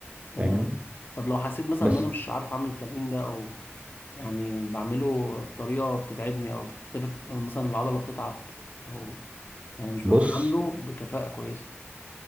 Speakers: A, on the right; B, on the left.
A: فاهمني
B: تمام طب لو حسيت مثلا
A: بس
B: إن أنا مش عارف أعمل التمرين ده أو يعني بعمله بطريقة بتتعبني أو بتبت... مثلا العضلة بتتعب أو يعني مش
A: بص
B: ببقى عامله بكفاءة كويسة